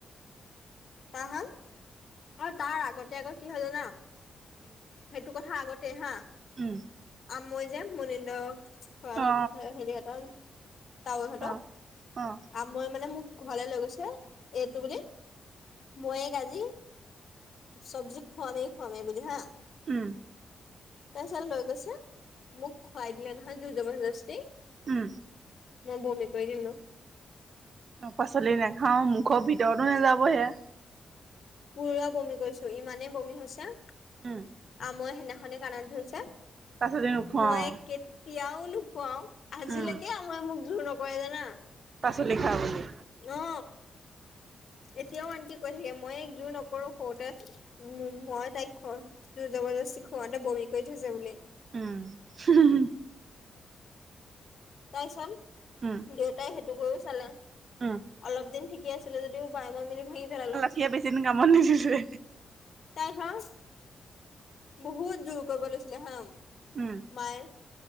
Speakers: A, on the left; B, on the right.
A: তা হান। অ তাৰ আগতে আক কি হল জান?
B: কি?
A: সেইটো কথা আগতেই হা।
B: উম।
A: আমৈ যে মুনিন্দ খুৱা
B: অ
A: ওফালে হেৰিহেতৰ। তাৱৈহঁত
B: অ অ
A: আপ- মই মানে মোক ঘৰলে লৈ গৈছে, এইটো বুলি মই এইক আজি চব্জি খোৱামেই খোৱাম এইবুলি হা।
B: উম।
A: তাছতে লৈ গৈছে মোক খোৱাই দিলে নহয় জো জবৰদস্তি।
B: উম।
A: মই বৌমি কৰি দিলোঁ।
B: অ পাচলি নাখাও মুখৰ ভিতৰতো নাযাব হেয়া।
A: পুৰা বমি কৈছো ইমানেই বমি হৈছে
B: উম।
A: আমৈ সেইদিখনে কানত ধৰিছে
B: পাচলি নোখোৱাও
A: মই কেতিয়াও নোখোৱাও আজিলৈকে
B: উম
A: মই মোক জোৰ নকৰে জানা।
B: পাচলি খা বুলি
A: অ এতিয়াও আনকি কৈ থাকে মই এইক যোৰ নকৰো সৰুতে মো মই তাইক খ জবৰদস্তি খুৱাতে বমি কৰি থৈছে বুলি।
B: উম। হু হু হু।
A: তাই চান
B: উম।
A: দেউতাই সেইটো কৰি চালে
B: উম
A: অলপ দিন ঠিকে আছিলে যদিও বাই মই মিলি ভাঙি পেলালোং।
B: সিয়ে বেছি দিন কামত নিদিলে।
A: তাই ধৰ বহুত জোৰ কৈব লৈছিলে হা।
B: উম
A: মায়ে